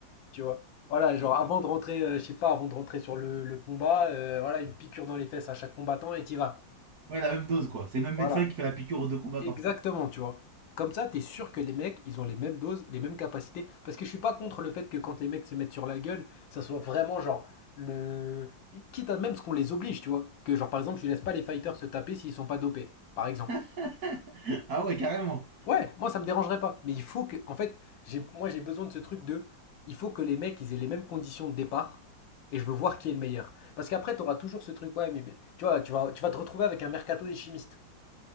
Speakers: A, on the left (about 80°); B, on the right (about 55°).
A: tu vois. Voilà, genre avant de rentrer, euh, je sais pas, avant de rentrer sur le, le combat, euh, voilà, une piqûre dans les fesses à chaque combattant et t'y vas.
B: Ouais la même dose quoi, c'est le même
A: Voilà,
B: médecin qui fait la piqûre aux deux combattants.
A: exactement, tu vois. Comme ça, t'es sûr que les mecs, ils ont les mêmes doses, les mêmes capacités. Parce que je suis pas contre le fait que quand les mecs se mettent sur la gueule, ça soit vraiment genre le. Quitte à même ce qu'on les oblige, tu vois. Que genre par exemple, tu laisses pas les fighters se taper s'ils sont pas dopés, par exemple.
B: <laughs> ah ouais carrément.
A: Ouais, moi ça me dérangerait pas. Mais il faut que, en fait, j'ai, moi j'ai besoin de ce truc de, il faut que les mecs ils aient les mêmes conditions de départ et je veux voir qui est le meilleur. Parce qu'après t'auras toujours ce truc, ouais, mais mais- tu vois, tu vas, tu vas te retrouver avec un mercato des chimistes,